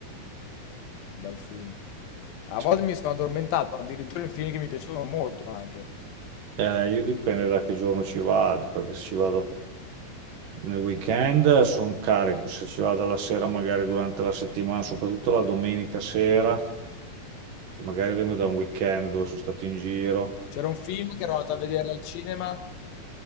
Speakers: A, on the left (about 80°); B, on the right (about 65°).
A: dal film. A
B: Sì.
A: volte mi sono addormentato, addirittura in film che mi piacevano molto anche.
B: Eh, io dipende da che giorno ci vado, perché se ci vado Nel weekend sono carico, se ci vado la sera, magari durante la settimana, soprattutto la domenica sera, che magari vengo da un weekend dove sono stato in giro.
A: C'era un film che ero andato a vedere al cinema